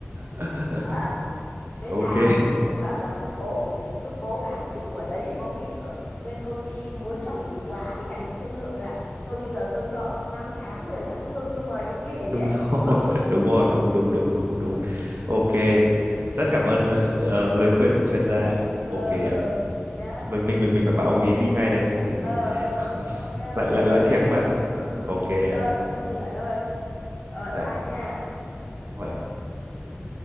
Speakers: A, on the right (about 60°); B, on the left (about 45°).
A: <laughs>
B: Đó. Thế
A: ok
B: thà ví dụ như bảo là cứ cố cứ cố bám trụ ở đấy thì có khi cỡ- bên công ty muốn cho nghỉ quá thì đành phải thương lượng là thôi bây giờ tôi cho ông năm tháng mười tháng lương tôi mời ông nghỉ
A: đúng
B: ấy.
A: rồi
B: Thì có khi
A: <laughs> đúng
B: <laughs>
A: rồi đúng đúng đúng đúng đúng ok rất
B: ừ,
A: cảm ơn ờ, ờ, lời khuyên của chuyên gia
B: ờ
A: ok ạ
B: ờ nhá
A: mình mình mình mình phải bảo ông ấy đi ngay đây không thì
B: ờ ờ
A: <laughs>
B: ok ok
A: lại lại lại
B: nha
A: thiệt mất
B: ừ
A: ok
B: rồi
A: ạ
B: không có gì bạn ơi rồi
A: Dạ.
B: ba nha
A: Không phải
B: Ừ.